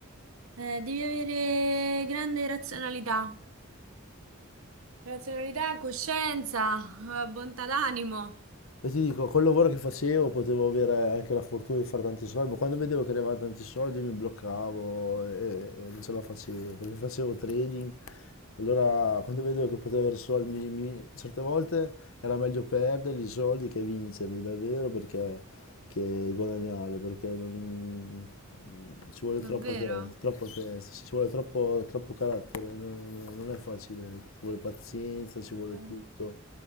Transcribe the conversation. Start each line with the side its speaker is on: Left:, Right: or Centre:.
Right: Eh, devi avere grande razionalità, razionalità, coscienza, eh, bontà d'animo,
Left: E ti dico, col lavoro che facevo potevo avere anche la fortuna di fare tanti soldi, ma quando vedevo che arrivavano tanti soldi mi bloccavo e, e non ce la facevo, perché facevo trading Allora, quando vedevo che potevo avere soldi, mi- mi- certe volte era meglio perderli i soldi che vincerli davvero perché che guadagnare, perché non- mm, ci vuole
Right: davvero.
Left: troppa testa, troppa testa, ci vuole troppo, troppo carattere, non, non- non è facile, ci vuole pazienza, ci vuole
Right: Eh,
Left: tutto,